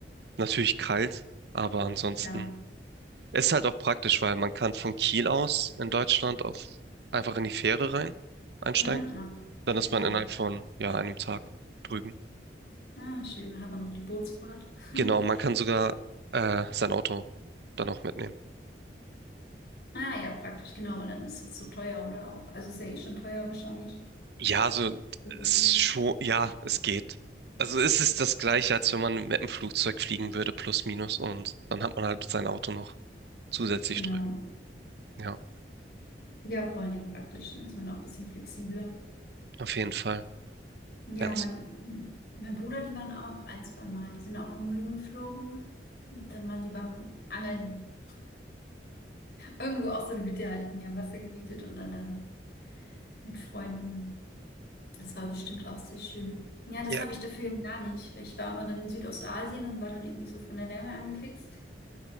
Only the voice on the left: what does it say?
Ja.
Mhm. ah,
Ja.
Ah, schön, dann hat man noch die Bootsfahrt. <laughs>
Ah ja, praktisch, genau. Und dann ist es so teuer oder auch. Also ist ja eh schon teuer wahrscheinlich.
der Urlaub.
Genau.
Ja, vor allem praktisch. Dann ist man auch ein bisschen flexibler.
Ja,
mein, mein Bruder, die waren auch ein, zwei Mal. Die sind auch irgendwo hingeflogen. Und dann waren die beim Angeln. Irgendwo auch so eine Hütte halt im Wasser gemietet und dann da mit Freunden. Das war bestimmt auch sehr schön. Ja, das
habe ich dafür gar nicht, weil ich war immer dann in Südostasien und war dann irgendwie so von der Wärme angefixt.